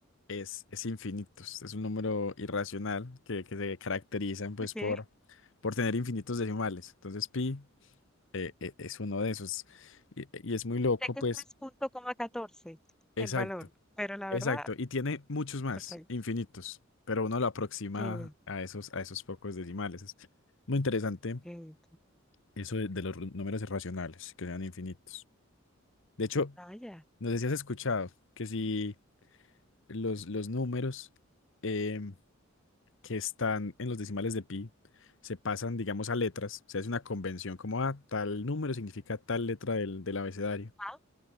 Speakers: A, on the left; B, in the centre.
A: es, es infinitos. Es un número irracional que, que se caracterizan pues
B: ¿Ok?
A: por, por tener infinitos decimales. Entonces pi eh, eh, es uno de esos. Y, y es muy loco,
B: Sé que
A: pues.
B: es tres punto catorce
A: Exacto,
B: el valor, pero la
A: exacto.
B: verdad,
A: Y tiene muchos más,
B: o sea,
A: infinitos. Pero uno lo aproxima
B: que,
A: a esos, a esos pocos decimales. Es muy interesante
B: que,
A: eso de, de los números irracionales, que sean infinitos. De hecho,
B: vaya,
A: no sé si has escuchado que si los, los números em, que están en los decimales de pi se pasan, digamos, a letras, o sea, es una convención como, ah, tal número significa tal letra del, del abecedario.
B: ah,